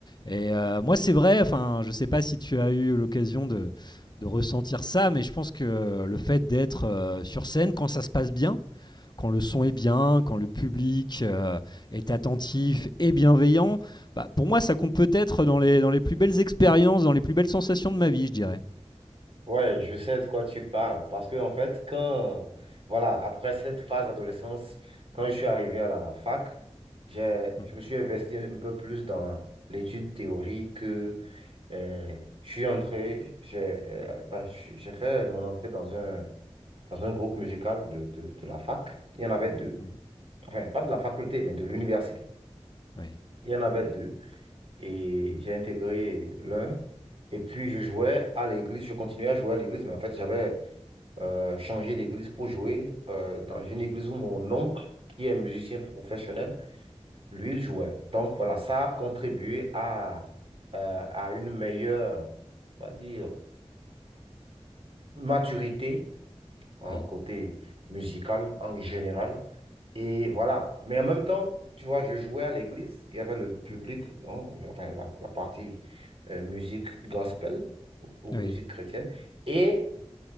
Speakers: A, on the left; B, on the right.
A: Et euh, moi, c'est vrai, enfin, je sais pas si tu as eu l'occasion de, de ressentir ça, mais je pense que le fait d'être euh, sur scène quand ça se passe bien, quand le son est bien, quand le public euh, est attentif et bienveillant, bah, pour moi, ça compte peut-être dans les, dans les plus belles expériences, dans les plus belles sensations de ma vie, je dirais.
B: Ouais, je sais de quoi tu parles. Parce que, en fait, quand, voilà, après cette phase d'adolescence, quand je suis arrivé à la fac, j'ai,
A: Mm.
B: je me suis investi un peu plus dans l'étude théorique, Euh, je suis entré, j'ai euh, bah, j'ai j'ai fait mon entrée dans un, dans un groupe musical de, de, de la fac. Il y en avait deux.
A: Mm.
B: Enfin, pas de la faculté, mais de l'université.
A: Oui,
B: Il y en avait deux. Et j'ai intégré l'un. Et puis, je jouais à l'église. Je continuais à jouer à l'église, mais en fait, j'avais euh, changé d'église pour jouer euh, dans une église où mon oncle, qui est musicien professionnel, lui, il jouait. Donc, voilà, ça a contribué à, euh, à une meilleure, on va dire. maturité, hein,
A: oui,
B: côté musical en général. Et voilà. Mais en même temps, tu vois, je jouais à l'église, il y avait le public,
A: Mm.
B: hein, enfin, la, la partie euh, musique gospel ou, ou
A: oui.
B: musique chrétienne. Et